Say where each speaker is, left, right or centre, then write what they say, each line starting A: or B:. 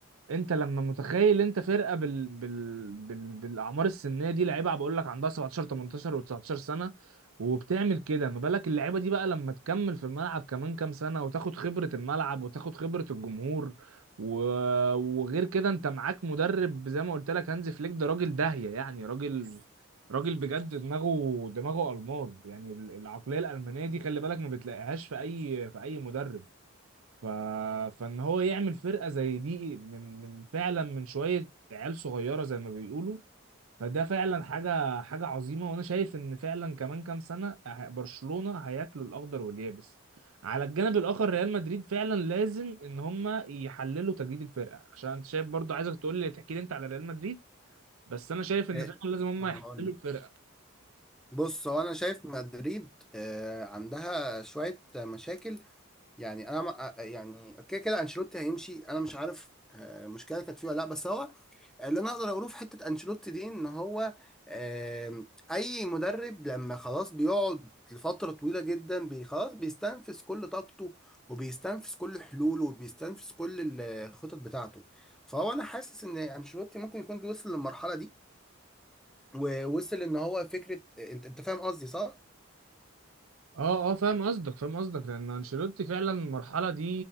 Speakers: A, on the right; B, in the centre.
A: انت لما متخيل انت فرقه بال... بال... بال... بالاعمار السنيه دي لعيبه بقول لك عندها 17 18 و19 سنه وبتعمل كده ما بالك اللعيبه دي بقى لما تكمل في الملعب كمان كام سنه وتاخد خبره الملعب وتاخد خبره الجمهور و... وغير كده انت معاك مدرب زي ما قلت لك هانز فليك ده راجل داهيه يعني راجل راجل بجد دماغه دماغه الماظ يعني العقليه الالمانيه دي خلي بالك ما بتلاقيهاش في اي في اي مدرب ف... فان هو يعمل فرقه زي دي من من فعلا من شويه عيال صغيره زي ما بيقولوا فده فعلا حاجه حاجه عظيمه وانا شايف ان فعلا كمان كام سنه ه- برشلونه هياكلوا الاخضر واليابس على الجانب الاخر ريال مدريد فعلا لازم ان هم يحللوا تجديد الفرقه عشان انت شايف برضو عايزك تقول لي تحكي لي انت على ريال مدريد بس انا شايف ان
B: إيه،
A: فعلا لازم هم
B: هقول
A: يحللوا
B: لك
A: الفرقه
B: بص هو انا شايف مدريد آه، عندها شويه مشاكل يعني انا ما- آه، يعني كده كده انشيلوتي هيمشي انا مش عارف آه، مشكله كانت فيه ولا لا بس هو اللي انا اقدر اقوله في حته انشيلوتي دي ان هو آم، اي مدرب لما خلاص بيقعد لفتره طويله جدا بي- خلاص بيستنفذ كل طاقته وبيستنفذ كل حلوله وبيستنفذ كل الخطط بتاعته فهو انا حاسس ان انشيلوتي ممكن يكون وصل للمرحله دي ووصل ان هو فكره انت انت فاهم قصدي صح
A: اه اه فاهم قصدك فاهم قصدك لان انشيلوتي فعلا المرحله دي